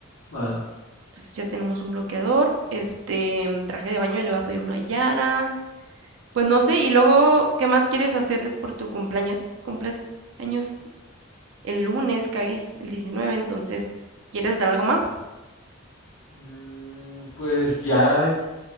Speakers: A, on the left (about 80°); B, on the right (about 60°).
A: Ah,
B: Entonces ya tenemos un bloqueador, este, traje de baño le voy a pedir una Yara. Pues no sé, y luego, ¿qué más quieres hacer de- por tu cumpleaños? Cumples años el lunes, cae el 19, entonces, ¿quieres hacer algo más?
A: mm, pues ya,